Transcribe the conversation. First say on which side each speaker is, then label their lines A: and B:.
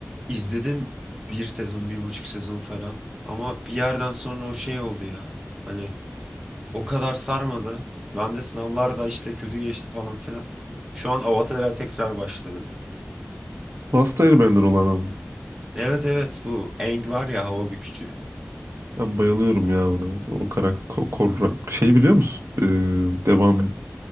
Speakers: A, on the right (about 20°); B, on the right (about 70°).
A: izledim bir sezon, bir buçuk sezon falan. Ama bir yerden sonra o şey oldu ya. Hani o kadar sarmadı. Ben de sınavlarda işte kötü geçti falan filan. Şu an Avatar'a tekrar başladım.
B: Last Airbender olan ama.
A: Evet evet bu Aang var ya hava bükücü.
B: Ben bayılıyorum ya ona. O karakter ko- Korra. Şey biliyor musun? Ee, devam